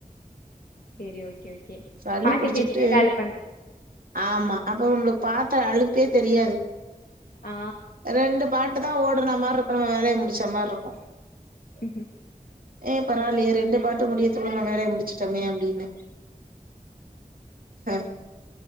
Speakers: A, on the left; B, on the right.
A: செரி ஓகே ஓகே
B: சளி
A: பாட்டு
B: புடிச்சுக்கிட்டு
A: கேட்னே வேல பண்ற
B: ஆமா அப்ப நம்ளுக்கு பாத்த அழுப்பே தெரியாது
A: ஆ
B: ரெண்டு பாட்டு தா ஓடுன மார்ருக்கு நம்ம வேலய முடிச்ச மார்ருக்கு
A: ம் ம்
B: ஏ பரவால்லயே ரெண்டு பாட்டு முடியதுக்குள்ள நம்ம வேலய முடிச்சுட்டோமே அப்டினு ஹ